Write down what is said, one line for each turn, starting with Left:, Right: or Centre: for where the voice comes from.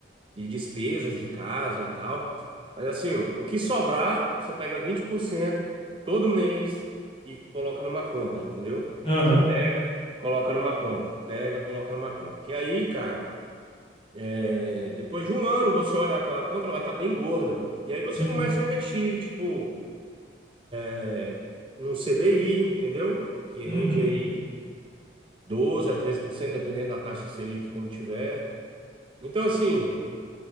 Right: de despesas de casa e tal. Mas assim, o que sobrar, você pega 20% todo mês e coloca numa conta, entendeu?
Left: Aham,
Right: Você pega, coloca numa conta, pega, coloca numa conta. Que aí, cara, é, depois de um ano você olhar aquela conta, ela vai estar bem gorda. E aí você
Left: Sim.
Right: começa a investir, tipo, é, num CDI, entendeu? Que
Left: Uhum.
Right: rende aí 12 a 13%, dependendo da taxa Selic, como tiver. Então, assim,